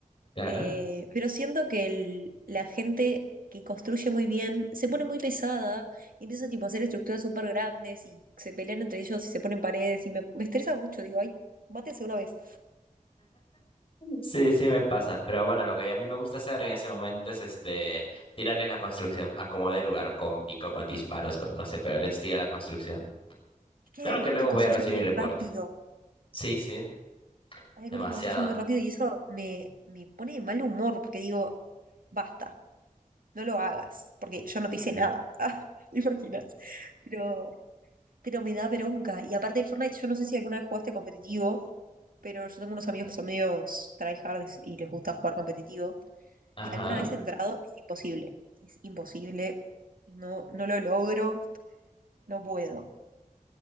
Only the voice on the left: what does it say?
Claro.
Sí, sí me pasa, pero bueno, lo que a mí me gusta hacer en ese momento es este tirarles la construcción, acomodé el lugar con pico, con disparos, con no sé, pero les tiro la construcción.
Claro
que luego
voy a recibir
el reporte.
Sí, sí,
demasiado.
Ajá.